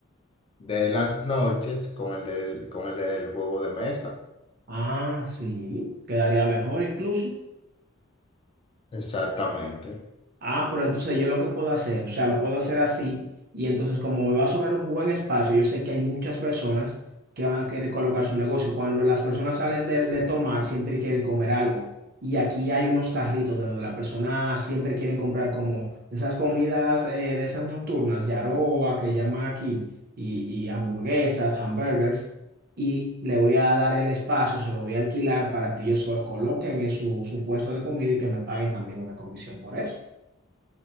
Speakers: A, on the left; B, on the right.
A: de las noches con el del, con el del juego de mesa.
B: Ah, sí, quedaría mejor incluso.
A: Exactamente.
B: Ah, pero entonces yo lo que puedo hacer, o sea, lo puedo hacer así y entonces como me va a sobrar un buen espacio, yo sé que hay muchas personas que van a querer colocar su negocio. Cuando las personas salen de, de tomar, siempre quieren comer algo. Y aquí hay unos carritos de donde las personas siempre quieren comprar como esas comidas eh, de esas nocturnas, yaroa, que llaman aquí, y, y hamburguesas, hamburgers. Y le voy a dar el espacio, se lo voy a alquilar para que ellos solo coloquen en su, su puesto de comida y que me paguen también una comisión por eso.